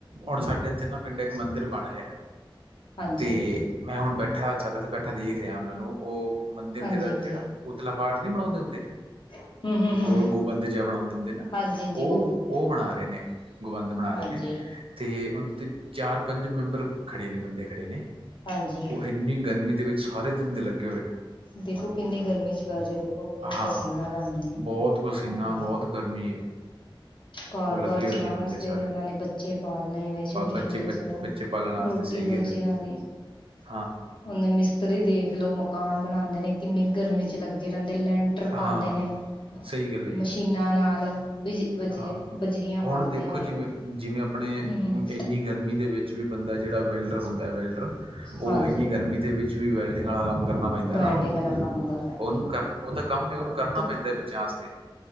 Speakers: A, on the right; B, on the left.
A: ਹੁਣ ਸਾਡੇ ਇਥੇ ਨਾ ਪਿਡ ਇਕ ਮਦਿਰ ਬਣ ਰਿਹਾ,
B: ਹਾਂਜੀ
A: ਤੇ ਮੈ ਹੁਣ ਬੈਠਾ ਬੈਠਾ ਤੇ ਬੈਠਾ ਦੇਖ ਰਿਹਾ, ਉਹਨਾਂ ਨੂੰ ਉਹ ਮੰਦਿਰ
B: ਹਾਂਜੀ
A: ਦੇ
B: ਹਾਂਜੀ
A: ਜਿਹੜਾ ਉਤਲਾ ਪਾਠ ਨੀ ਬਣਾਦੇ ਹੁੰਦੇ
B: ਹੂੰ ਹੂੰ ਹੂੰ
A: ਗੋਲ ਗੁਬੰਦ ਜਿਹਾ ਬਣਾਦੇ ਹੁੰਦੇ ਨੇ,
B: ਹਾਂਜੀ ਹਾਂਜੀ
A: ਉਹ
B: ਗੋਬਿੰਦ
A: ਉਹ ਬਣਾ ਰਹੇ ਨੇ ਬੰਦ ਬਣਾ
B: ਹਾਂਜੀ
A: ਰਹੇ ਨੇ ਅਤੇ ਉਹਦੇ 'ਤੇ ਚਾਰ ਪੰਜ ਮੈਂਬਰ ਖੜ੍ਹੇ ਨੇ ਬਦੇ ਖੜੇ ਨੇ
B: ਹਾਂਜੀ
A: ਉਹ ਇਨੀ ਗਰਮੀ ਦੇ ਵਿਚ ਸਾਰੇ ਦਿਨ ਦੇ ਲਗੇ।
B: ਦੇਖੋ ਕਿੰਨੀ ਗਰਮੀ ਚ ਕਰ ਰਹੇ ਦੇਖੋ, ਹੁਣ
A: ਹਾਂ
B: ਪਸੀਨਾ ਬਹਦੇ ਨੇ
A: ਬਹੁਤ ਪਸੀਨਾ
B: ਆਪਣਾ
A: ਬਹੁਤ ਗਰਮੀ ਹੈ।
B: ਕਾਰਰ
A: ਉਹ ਲੱਗੇ
B: ਬਾਹਾਰ
A: ਹੋਏ
B: ਚਲਾਣ
A: ਨੇ ਬੰਦੇ
B: ਵਾਸਤੇ
A: ਸਾਰੇ
B: ਉਹਨਾ ਨੇ ਬੱਚੇ ਪਾਲਣੇ ਵ ਛੋਟੇ-ਛੋਟੇ
A: ਬੱਚੇ
B: ਚਲੋ
A: ਬੱਚੇ ਪਾਲਣ ਵਾਸਤੇ
B: ਰੋਟੀ
A: ਸਹੀ
B: ਰੋਜੀ
A: ਗੱਲ ਹੈ ਜੀ
B: ਜੀਨਾਂ ਦੀ
A: <inaudible>
B: ਉਹਨੇ ਮਿਸਤਰੀ ਦੇਖ ਲਓ, ਮਕਾਨ ਬਣਾਦੇ ਨੇ ਕਿਨੀ ਗਰਮੀ ਚ ਲਗੇ ਰਹਿਦੇ ਲੈਂਟਰ
A: ਹਾਂ,
B: ਪਾਦੇ ਨੇ
A: ਸਹੀ ਗੱਲ ਹੈ ਜੀ,
B: ਮਸ਼ੀਨਾ ਨਾਲ ਬਜ ਬਜੇ
A: ਹਾਂ
B: ਬਜਰੀਆਂ
A: ਹੁਣ
B: ਪਾਉਂਦੇ
A: ਦੇਖੋ
B: ਨੇ
A: ਜਿਵੇ ਜਿਵੇ, ਆਪਣੇ
B: ਹਮ
A: ਇਨੀ ਗਰਮੀ ਦੇ ਵਿਚ ਵੀ ਬੰਦਾ ਜਿਹੜਾ ਵੈਲਡਰ ਹੁਦਾ ਵੈਲਡਰ, ਉਹ
B: ਹਾਂਜੀ
A: ਇਨੀ ਗਰਮੀ ਦੇ ਵਿਚ ਵੀ ਵੈਲਡਿਗ ਵਾਲਾ ਕਮ ਕਰਨਾ ਪੈਂਦਾ
B: ਵੈਲਡਿੰਗ
A: ਨਾ
B: ਵਾਲਾ ਕੰਮ ਕਰ ਰਿਹਾ
A: ਉਹਨੂੰ ਕਰ ਉਹਦਾ ਕਮ ਵੀ ਉਹਨੂੰ ਕਰਨਾ
B: ਦੇਖੋ
A: ਪੈਂਦਾ ਬੱਚਿਆਂ ਵਾਸਤੇ